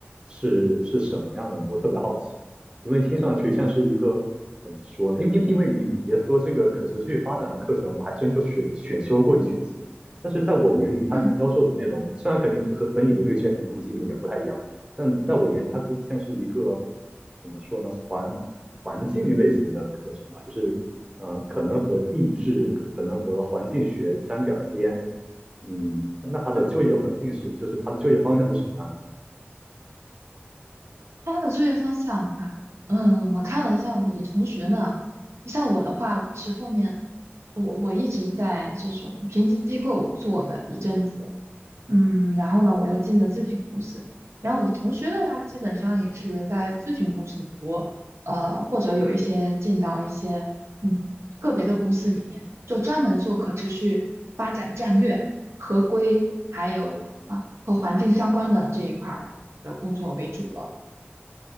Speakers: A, on the right; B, on the right.
A: 是是什么样的呢？我特别好奇，因为听上去像是一个怎么说呢？因因因为你你别说这个可持续发展的课程，我还真就选选修过一学期，但是在我眼里，他教授的内容虽然可你和和和你的那个
B: 嗯，
A: GSD 估计有点不太一样，但在我眼里，它估计像是一个怎么说呢，环环境类型的课程吧，就是。嗯，可能和地质，可可能和环境学沾点儿边，嗯，那它的就业环境是，
B: 嗯
A: 就是它的就业方向是什么样的呢？
B: 他的就业方向的话，嗯，我看了一下我的同学们啊，像我的话，我是后面我我一直在这种评级机构做了一阵子，嗯，然后呢，我又进了咨询公司。然后我的同学的话，基本上也是在咨询公司多，呃，或者有一些进到一些嗯个别的公司里面，就专门做可持续发展战略、合规，还有啊和环境相关的这一块儿的工作为主了。